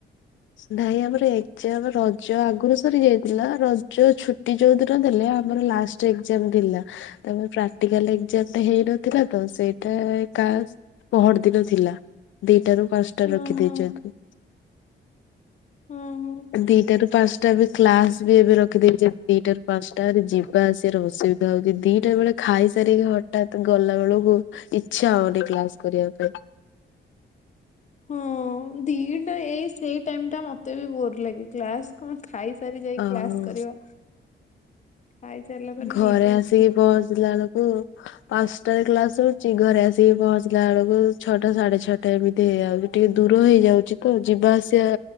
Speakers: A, on the left; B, on the left.
A: ନାହିଁ ଆମର ଏକ୍ଜାମ୍ ରଜ ଆଗରୁ ସରି ଯାଇଥିଲା ରଜ ଛୁଟି ଯୋଉ ଦିନ ଦେଲେ ଆମର ଲାଷ୍ଟ ଜି ଏକ୍ଜାମ ଥିଲା ତାପରେ ପ୍ରାଟିକାଲ୍ ଏକ୍ଜାମ ଟା ହେଇନଥିଲା ତ ସେଇଟା କା ପହର ଦିନ ଥିଲା ଦିଟା ରୁ ପାଞ୍ଚଟା
B: ଓହୋ
A: ରଖିଦେଇଛନ୍ତି।
B: ଓହୋ।
A: ଦିଟାରୁ ପାଞ୍ଚଟା ଏବେ କ୍ଲାସ ବି ଏବେ ରଖିଦେଇଛନ୍ତି ଦିଟାରୁ ପାଞ୍ଚଟା ଯିବା ଆସିବାର ଅସୁବି ବିଧା ହୋଉଛି ଦିଟା ବେଳେ ଖାଇ ସାରିକି ହଠାତ୍ ଗଲା ବେଳକୁ ଇଚ୍ଛା ହଉନି କ୍ଲାସ କରିବା ପାଇଁ।
B: ହଁ ଦିଟା ଏ ସେଇ ଟାଇମ ଟା ମତେ ବି ବୋର ଲାଗେ କ୍ଲାସ। କଣ ଖାଇସାରି ଯାଇ
A: ଆଉ
B: କ୍ଲାସ୍ କରିବା ଖାଇସାରିଲା ପରେ
A: ଘରେ
B: ନିଦ ଆସିବ
A: ଆସିକି ପହଞ୍ଚିଲା ବେଳକୁ ପାଞ୍ଚଟାରେ କ୍ଲାସ ସରୁଛି ଘରେ ଆସିକି ପହଞ୍ଚିଲା ବେଳକୁ ଛଅଟା ସାଢେ ଛଅଟା। ତ ଏମିତି ହେଇ ଯାଉଚି ଟିକେ ଦୂର ହେଇଯାଉଛି ତ ଯିବା ଆସିବା